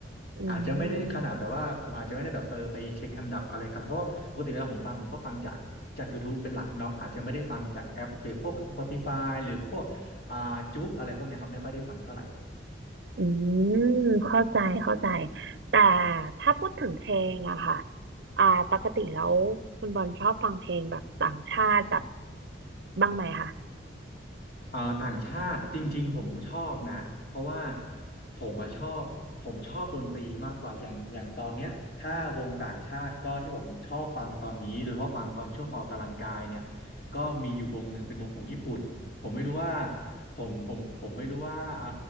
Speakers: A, on the right; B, on the left.
A: อื
B: อาจจะไม่ได้ขนาดแบบว่าผมอาจจะไม่ได้แบบเปอร์ไปเช็คอันดับอะไรขนาดเพราะว่าปกติเวลาผมฟังผมก็ฟังจาก
A: ม
B: จาก YouTube เป็นหลักเนาะอาจจะไม่ได้ฟังจากแอปหรือพวก Spotify หรือพวกอ่าจุกอะไรพวกเนี้ยครับไม่ค่อยได้ฟังเท่าไหร่
A: อืมเข้าใจเข้าใจแต่ถ้าพูดถึงเพลงอะค่ะอ่าปกติแล้วคุณบอลชอบฟังเพลงแบบต่างชาติแบบบ้างไหมคะ
B: อ่าต่างชาติจริงๆผมก็ชอบนะเพราะว่าผมมาชอบผมชอบดนตรีมากกว่าอย่างอย่างตอนเนี้ยถ้าวงต่างชาติก็ที่ผมชอบฟังตอนนี้โดยเฉพาะฟังตอนช่วงออกกำลังกายเนี่ยก็มีอยู่วงหนึ่งเป็นวงของญี่ปุ่นผมไม่รู้ว่าผมผมผมไม่รู้ว่าอ่า